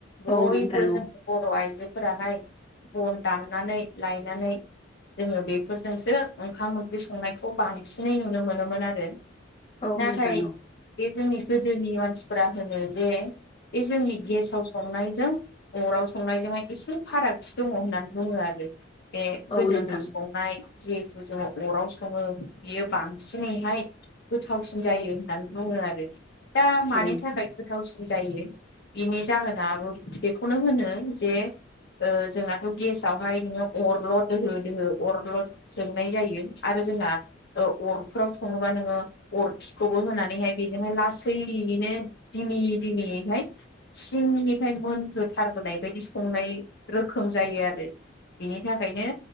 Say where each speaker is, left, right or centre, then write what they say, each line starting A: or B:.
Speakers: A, on the left; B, on the left.
A: बयबो
B: औ नोंथां
A: जों
B: औ
A: बर' आइजो फोराहाय बन दाननानै लायनानै जोङो बेफोरजोंसो ओंखाम ओंख्रि संनायखौ बांसिनै नुनो मोनोमोन आरो।
B: औ
A: नाथाय
B: नोंथां औ।
A: बे जोंनि गोदोनि मानसिफ्रा होनो जे बे जोंनि गेसाव संनाय जों अराव संनायजोंहाय एसे फारागथि दङ होननानै बुङो आरो। बे
B: औ
A: गोदोनि
B: नोंथां
A: संनाय जिहेतु जोङो अराव स सङो बियो बांसिनैहाय गोथावसिन जायो होननानै बुङो आरो। दा मानि
B: औ
A: थाखाय गोथावसि जायो बिनि जाहोनाबो बेखौनो होनो जे ओ जोंनाथ' गेसावहाय नोङो अरल' दोहो दोहो अरल' जोंनाय जायो। आरो जोंना ओ अरफोराव सङोबा नोङो अरखिखौबो होनानैहाय बेजोंहाय लासै यैनो दिमि दिमियैहाय सिंनिफाय मोनखोथारबोनाय बायदि संनाय रोखोम जायो आरो। बिनि थाखायनो